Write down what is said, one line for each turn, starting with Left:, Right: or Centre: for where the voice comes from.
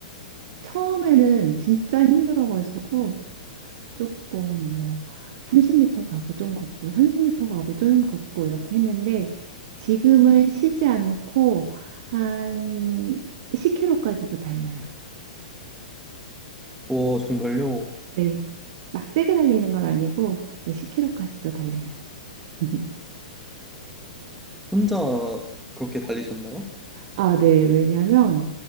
Right: 처음에는 진짜 힘들어가지고 조금 뭐 30m 가고 좀 걷고 30m 가고 좀 걷고 이렇게 했는데 지금은 쉬지 않고 한 10km까지도 달려요.
Centre: 오 정말요?
Right: 네. 막 세게 달리는 건 아니고 네, 10km까지도 달려요. <laughs>
Centre: 혼자 그렇게 달리셨나요?
Right: 아, 네. 왜냐면,